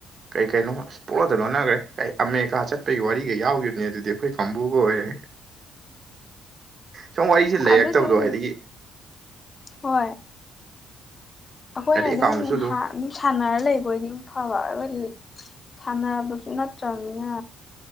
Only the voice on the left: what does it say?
ꯑꯗꯨ ꯁꯨꯝ
ꯍꯣꯏ ꯑꯩꯈꯣꯏꯅ
ꯑꯗꯨꯝ
ꯍꯥ ꯑꯗꯨꯝ ꯁꯥꯟꯅꯔ ꯂꯩꯕꯣꯏꯗꯤ ꯐꯕ ꯑꯩꯈꯣꯏꯗꯤ ꯁꯥꯟꯅꯕꯁꯨ ꯅꯠꯇ꯭ꯔꯕꯅꯤꯅ